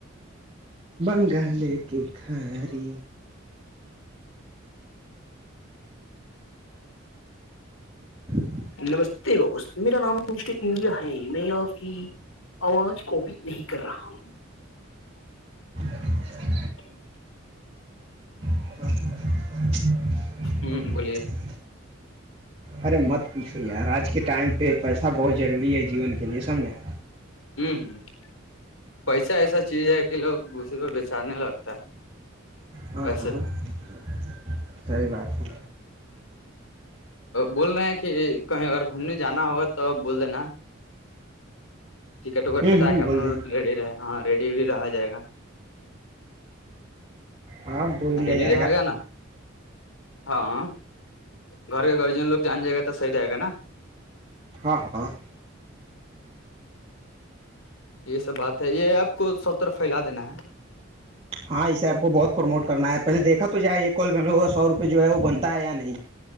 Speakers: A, on the right; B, on the left.
A: بنگالے کے گھری <inaudible>
B: نمستے ب میرا نام مسٹر انڈیا ہے میں آپ کی آواز کو بھی نہیں کر رہا
A: <inaudible>
B: <inaudible>
A: <inaudible> <inaudible>
B: ہ بولیے
A: ارے مت پوچھو یار آج کے ٹائم پہ پیسہ بہت ضروری ہے جیون کے لیے سمجھا
B: ہوں ہ پسا ایسا چیز ہے کہ لوگ اسی پہ بیچارنے لگتا ہے
A: ہاں
B: پیسے
A: ہوں ہ <unintelligible> صحی بات ہے
B: بول رہے ہیں کہ کہیں اگر گھومنے جانا ہوگا تو بول دینا ٹکٹ وکٹ
A: ہوں
B: کٹا
A: ہوں
B: کے
A: بول
B: اپ لگ
A: دیں
B: ریڈی رہے ہاں ریڈی وڈی رہا جائے گا
A: ہاں بول دیا
B: ریڈی
A: جائے
B: ر ہے گا نا ہاں گھر گرجین لوگ جان جائے گا تو صحیح رہے گا نا
A: ہاں ہاں
B: یہ سب بات ہے یہ آپ کو سب طرف پھیلا دینا ہے
A: ہاں اس ایپ کو بہت پروموٹ کرنا ہےپ پہلے دیکا تو جائے یہ کال بو کا س روپئے جو ہے وہ بنتا ہے یا نہیں